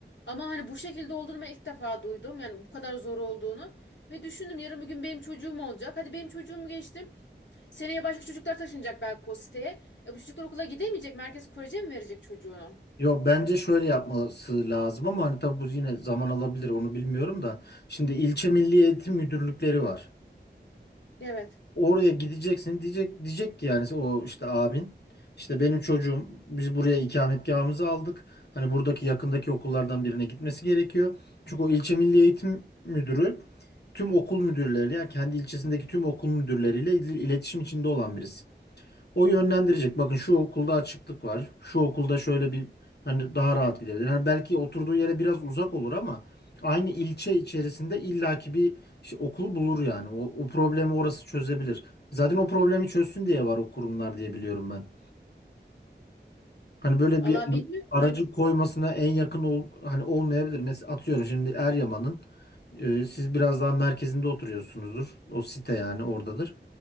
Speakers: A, on the left; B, on the left.
A: Ama hani bu şekilde olduğunu ben ilk defa duydum. Yani bu kadar zor olduğunu. Ve düşündüm yarın bir gün benim çocuğum olacak. Hadi benim çocuğumu geçtim. Seneye başka çocuklar taşınacak belki o siteye. E bu çocuklar okula gidemeyecek. Merkez Korece mi verecek çocuğunu?
B: Yok bence şöyle yapması lazım ama hani tabii bu yine zaman alabilir onu bilmiyorum da. Şimdi ilçe milli eğitim müdürlükleri var.
A: Evet.
B: Oraya gideceksin diyecek diyecek ki yani o işte abin işte benim çocuğum biz buraya ikametgahımızı aldık. Hani buradaki yakındaki okullardan birine gitmesi gerekiyor. Çünkü o ilçe milli eğitim müdürü tüm okul müdürleriyle yani kendi ilçesindeki tüm okul müdürleriyle il- iletişim içinde olan birisi. O yönlendirecek. Bakın şu okulda açıklık var. Şu okulda şöyle bir hani daha rahat gidebilir. Hani belki oturduğu yere biraz uzak olur ama aynı ilçe içerisinde illaki bir şey, okul bulur yani. O, o problemi orası çözebilir. Zaten o problemi çözsün diye var o kurumlar diye biliyorum ben. Hani böyle
A: Valla
B: bir
A: bilmiyorum
B: aracı
A: ben.
B: koymasına en yakın ol, hani olmayabilir. Mesela atıyorum şimdi Eryaman'ın e, siz biraz daha merkezinde oturuyorsunuzdur. O site yani oradadır.